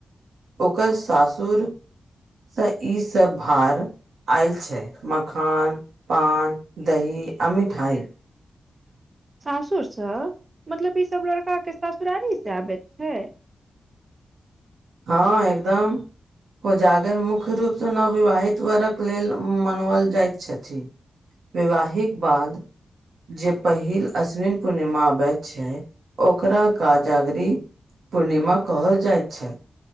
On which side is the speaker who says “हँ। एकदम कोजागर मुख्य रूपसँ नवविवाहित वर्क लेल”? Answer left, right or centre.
Right